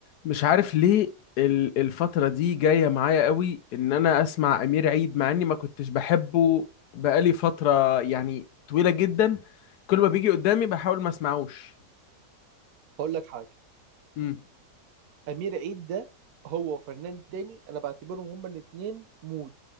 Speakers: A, on the left (about 70°); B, on the right (about 65°).
A: مش عارف ليه ال- الفترة دي جاية معايا قوي ان انا اسمع امير عيد مع اني ما كنتش بحبه بقالي فترة يعني طويلة جدا كل ما بيجي قدامي بحاول ما اسمعوش
B: هقول لك حاجة
A: امم
B: أمير عيد ده هو وفنان تاني أنا بعتبرهم هما الاتنين مود